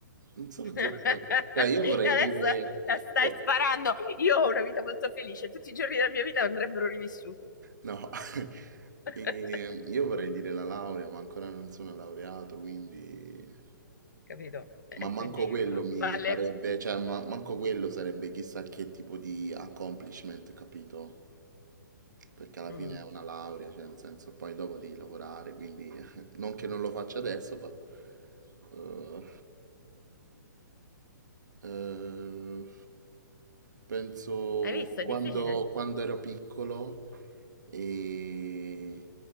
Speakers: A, on the right (about 60°); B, on the left (about 65°).
A: un solo
B: <laughs>
A: giorno della... Cioè, io
B: E
A: vorrei
B: adesso
A: dire...
B: eh, stai
A: boh,
B: sparando. Io ho una vita molto felice, tutti i giorni della mia vita andrebbero rivissuti.
A: No, <laughs>
B: <laughs>
A: E io vorrei dire la laurea, ma ancora non sono laureato, quindi...
B: Capito? E
A: Ma manco
B: quindi
A: quello
B: va-
A: mi
B: vale.
A: farebbe, cioè ma- manco quello sarebbe chissà che tipo di accomplishment, capito? Perché alla
B: Mm.
A: fine è una laurea, cioè nel senso poi dopo devi lavorare, quindi <laughs> non che non lo faccia adesso, ma... eh, eh, penso
B: Hai visto? È
A: quando,
B: difficile.
A: quando ero piccolo e